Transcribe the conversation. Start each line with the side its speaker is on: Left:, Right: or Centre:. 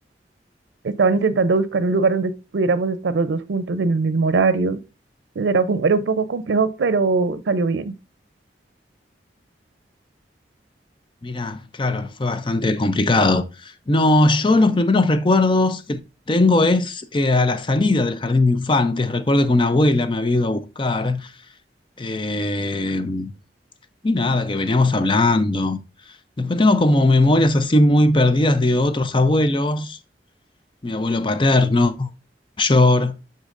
Right: estaban intentando buscar un lugar donde pudiéramos estar los dos juntos en el mismo horario. Entonces era, fu- era un poco complejo, pero salió bien.
Left: Mira, claro, fue bastante complicado. No, yo los primeros recuerdos que tengo es eh, a la salida del jardín de infantes. Recuerdo que una abuela me había ido a buscar. eh, Y nada, que veníamos hablando. Después tengo como memorias así muy perdidas de otros abuelos, mi abuelo paterno, mayor,